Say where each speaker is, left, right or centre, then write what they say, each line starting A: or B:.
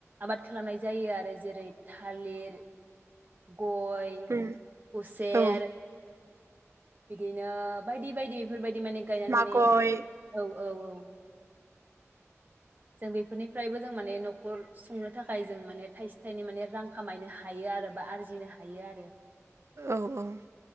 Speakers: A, on the right; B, on the right.
A: आबाद खालामनाय जायो आरो जेरै थालिर गय
B: उम
A: उसेेर
B: औ
A: बिदिनो बायदि बायदि इफोरबाय बि माने गायनानै
B: मागय
A: माने औ औ औ जों बेफोरनिफ्रायबो जों माने न'खर सुंनो थाखाय जों माने थाइसे थाइनै माने रां खामायनो हायो आरो बा आरजिनो हायो आरो।
B: औ औ।